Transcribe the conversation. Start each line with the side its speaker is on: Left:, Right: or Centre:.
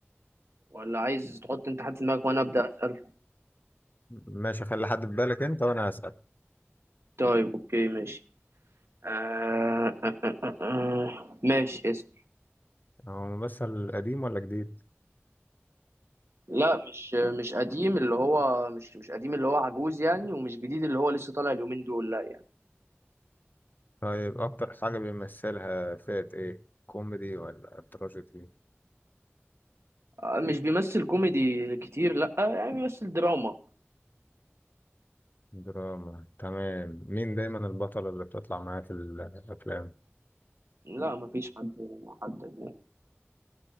Right: ولا عايز تحط انت حد في دماغك وانا ابدا اسال
Left: ماشي خلي حد في بالك انت وانا هسأل
Right: طيب اوكي ماشي آه آه آه آه آه. ماشي اسال
Left: هو ممثل قديم ولا جديد
Right: لا مش مش قديم اللي هو مش مش قديم اللي هو عجوز يعني ومش جديد اللي هو لسه طالع اليومين دول لا يعني
Left: طيب اكتر حاجة بيمثلها فئة ايه كوميدي ولا تراجيدي
Right: آه، مش بيمثل كوميدي كتير لا آه، يعني بيمثل دراما
Left: دراما تمام مين دايما البطلة اللي بتطلع معاه في الافلام
Right: لا مفيش حد محدد يعني